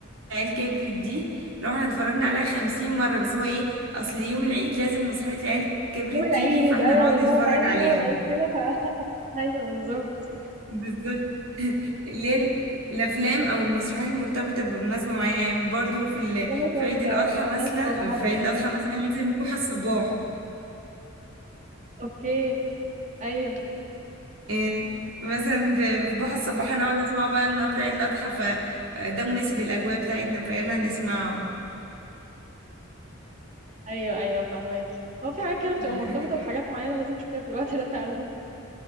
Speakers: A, on the right; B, on the right.
A: العيال كبرت دي لو احنا اتفرجنا عليها خمسين مرة بس هو ايه اصل يوم العيد لازم مسرحية العيال كبرت
B: يوم العيد
A: تيجي فاحنا
B: ايوه
A: نقعد
B: بالظبط
A: نتفرج
B: الحاجات دي
A: عليها
B: يوم العيد كده ف <laughs> ايوه بالظبط
A: بالظبط <laughs> اللي هي ال- الافلام او المسرحيات المرتبطه بمناسبه معينه يعني برضو في ال...
B: مرتبطة
A: في عيد الاضحى
B: بمناسبة
A: مثلا
B: او بهدف
A: في عيد الاضحى مثلا لازم بوحه الصباح
B: اوكي ايوه
A: إيه مثلا في في بوحه الصباح انا اقعد اسمعه بقى النهارده عيد الاضحى فده مناسب للاجواء بتاعتنا فيلا نسمعه
B: ايوه ايوه فاهماكي هو في حاجات كده بتبقى
A: <laughs>
B: مرتبطه بحاجات معينه لازم تشوفيها في الوقت ده فعلا <laughs>